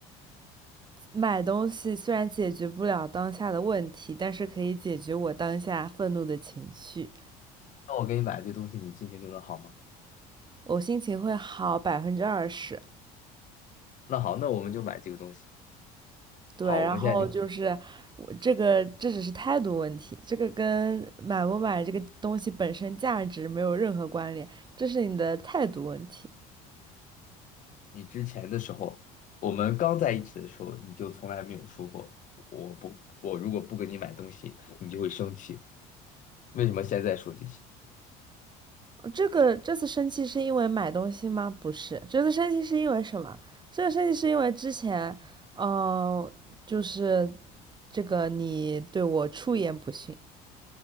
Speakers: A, on the right; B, on the left.
A: 买东西虽然解决不了当下的问题，但是可以解决我当下愤怒的情绪，
B: 那我给你买这东西，你心情就能好吗？
A: 我心情会好百分之二十。
B: 那好，那我们就买这个东西。
A: 对，
B: 好，
A: 然后就是我这个，
B: 我们现在就，
A: 这只是态度问题，这个跟买不买这个东西本身价值没有任何关联，这是你的态度问题。
B: 你之前的时候，我们刚在一起的时候，你就从来没有说过，我不，我如果不给你买东西，你就会生气。为什么现在说这些？
A: 这个这次生气是因为买东西吗？不是，这次生气是因为什么？这次生气是因为之前，嗯，就是这个你对我出言不逊